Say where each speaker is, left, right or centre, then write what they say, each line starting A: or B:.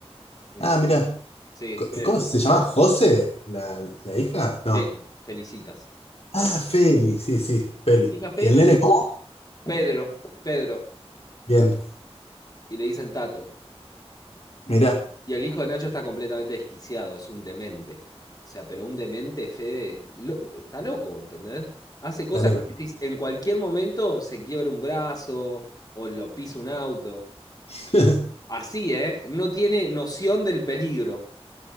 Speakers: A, on the left; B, on the left.
A: Eh,
B: Ah, mirá.
A: sí,
B: Co-
A: Pedro.
B: ¿Cómo se llama? ¿José? ¿La, la hija? No.
A: Feli, felicitas. La
B: Ah,
A: hija,
B: Feli, sí, sí, Feli.
A: hija Feli,
B: ¿Y el nene cómo?
A: Pedro, Pedro.
B: Bien,
A: Y le dicen Tato.
B: mirá,
A: Y el hijo de Nacho está completamente desquiciado, es un demente. O sea, pero un demente, Fede, lo- está loco, ¿entendés? Hace cosas
B: está loco.
A: que decís, en cualquier momento se quiebra un brazo o lo pisa un auto.
B: <laughs>
A: Así, ¿eh? No tiene noción del peligro.